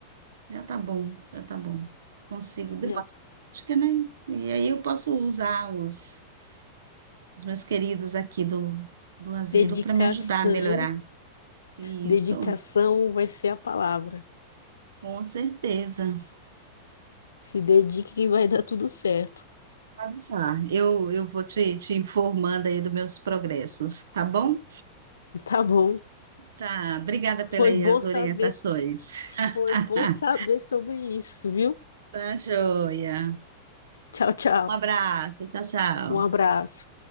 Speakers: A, on the right; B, on the left.
A: Já tá bom, já tá bom. Consigo depois,
B: Já
A: acho que, né? E aí eu posso usar os, os meus queridos aqui do, do asilo
B: dedicação,
A: para me ajudar a melhorar. Isso,
B: dedicação vai ser a palavra.
A: com certeza.
B: Se dedique que vai dar tudo certo.
A: Pode deixar. Eu, eu vou te, te informando aí dos meus progressos, tá bom?
B: Tá bom.
A: Tá, obrigada
B: Foi
A: pelas aí
B: bom
A: as
B: saber.
A: orientações.
B: Foi
A: <laughs>
B: bom saber sobre isso, viu?
A: Tá, joia.
B: Tchau, tchau.
A: Um abraço, tchau, tchau.
B: Um abraço.